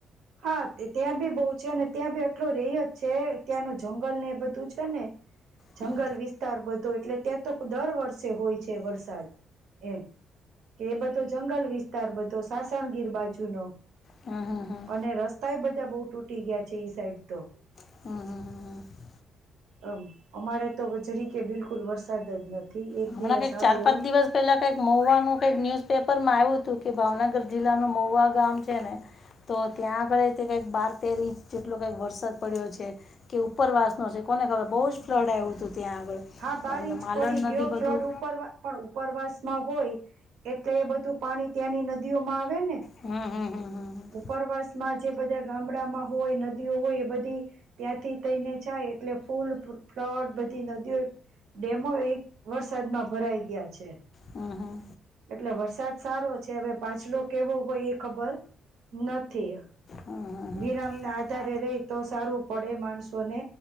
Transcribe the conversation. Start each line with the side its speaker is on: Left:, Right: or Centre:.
Right: હા ત્યાં બી બહુ છે અને ત્યાં બી આટલો રહી જ છે. ત્યાંનું જંગલ ને એ બધું છે ને જંગલ.
Left: હમ.
Right: વિસ્તાર બધો એટલે ત્યાં તો દર વર્ષે હોય છે વરસાદ એમ કે એ બધો જંગલ વિસ્તાર બધો સાસણગીર બાજુનો
Left: હા હા હા.
Right: અને રસ્તા એ બધા બઉુ તૂટી ગયા છે ઈ સાઈડ તો.
Left: હમ હ હ હ.
Right: આમ અમારે તો જરી કે બિલકુલ વરસાદ જ નથી. એક
Left: આપણા
Right: દિવસ
Left: ક
Right: આવ્યો
Left: ચાર પાંચ દિવસ પેલા કઈક મહુવાનું કઈક ન્યુઝ પેપરમાં આવ્યું હતું કે ભાવનગર જિલ્લાનું મહુવા ગામ છે ને તો ત્યાં આગળ તે કંઈક બાર તેર ઇંચ જેટલો કંઈક વરસાદ પડ્યો છે. કે ઉપરવાસનો છે કોને ખબર બહુ જ ફ્લડ આવ્યું હતું ત્યાં આગળ
Right: હા બાર
Left: અને
Right: ઇંચ
Left: માલણ
Right: પડી ગયો
Left: નદી બધું
Right: ફ્લડ ઉપર પણ ઉપરવાસ માં હોય. એટલે એ બધું પાણી ત્યાંની નદીઓ માં આવે ને.
Left: હા હા હા હા હા.
Right: ઉપરવાસમાં જે બધા ગામડામાં હોય નદીઓ હોય એ બધી ત્યાંથી થઈને જાય એટલે ફૂલ ફ્લટ બધી નદીઓ ડેમો એક વરસાદમાં ભરાઈ ગયા છે.
Left: હા હા.
Right: એટલે વરસાદ સારો છે હવે પાછલો કેવો હોય એ ખબર નથી.
Left: ઈરામના
Right: વિરામ ના આધારે રહી તો સારું પડે માણસોને